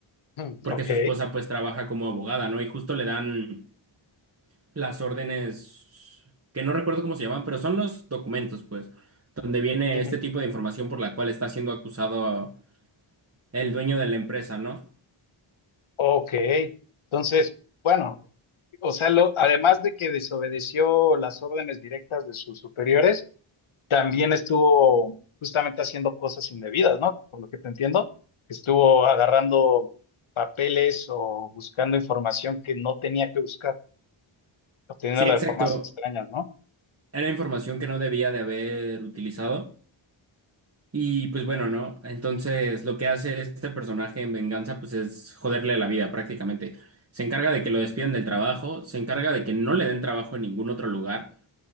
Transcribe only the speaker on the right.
porque
su esposa pues trabaja como abogada, ¿no? Y justo le dan las órdenes, que no recuerdo cómo se llaman, pero son los documentos, pues, donde viene
este tipo de información por la cual está siendo acusado el dueño de la empresa, ¿no?
Sí, exacto.
Era información que no debía de haber utilizado. Y pues bueno, ¿no? Entonces lo que hace este personaje en venganza, pues es joderle la vida prácticamente. Se encarga de que lo despidan del trabajo, se encarga de que no le den trabajo en ningún otro lugar.